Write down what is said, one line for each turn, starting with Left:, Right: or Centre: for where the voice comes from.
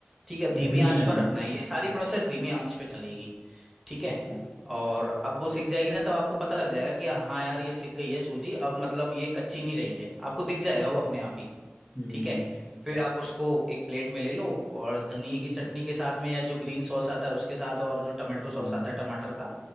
Centre: ठीक है
Left: अच्छा
Centre: धीमी
Left: धीमी
Centre: आंच
Left: आंच
Centre: पर
Left: में
Centre: रखना है ये सारी प्रोसेस धीमी आंच पे चलेगी ठीक
Left: अच्छा
Centre: है और अब वो सिक जाएगी ना तब आपको पता लग जाएगा कि हाँ यार ये सिक गई है सूजी अब मतलब ये कच्ची नहीं रही है आपको दिख जाएगा
Left: अच्छा
Centre: वो अपने आप ही
Left: हम्म
Centre: ठीक
Left: हम्म
Centre: है
Left: हम्म,
Centre: फिर आप उसको एक प्लेट में ले लो और धनिए
Left: अच्छा
Centre: की चटनी के साथ में या जो ग्रीन सॉस आता है उसके साथ और जो टमाटो
Left: हाँ हाँ
Centre: सॉस
Left: हाँ
Centre: आता है टमाटर का